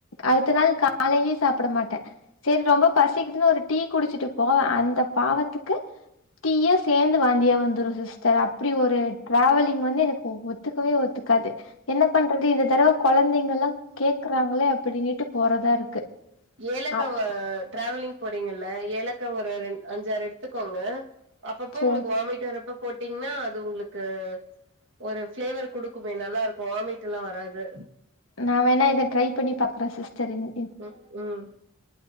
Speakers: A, on the left (about 70°); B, on the right (about 60°).
A: அடுத்த நாள் காலையிலயு சாப்ட மாட்ட சரி ரொம்ப பசிக்குதுன்னு ஒரு டீ குடிச்சிட்டு போவ அந்த பாவத்துக் டீயெ சேந்து வாந்தியா வந்துரு சிஸ்டர் அப்டி ஒரு ட்ராவலிங் வந்து எனக்கு ஒத்துக்கவே ஒத்துக்காது என்ன பண்றது இந்த தடவ கொழந்தைங் கெல்லா கேக்குறாங்களே அப்டின்னுட்டு போறதா இருக்கு
B: ஏலக்காவ
A: அப்
B: ட்ராவலிங் போறீங்கல்ல ஏலக்கா ஒரு ரெ அஞ்சாறு எடுத்துக்கோங்க அப்பப்போ
A: சேர்
B: உங்களுக்கு வாமிட் வரப்ப போட்டீங்ன்னா அது உங்களுக்கு ஒரு ஃப்ளேவர் குடுக்குமே நல்லா இருக்கு வாமிட் எல்லா வராது
A: நா வேணா இத ட்ரை பண்ணி பாக்ற சிஸ்டரின்
B: ம் ம்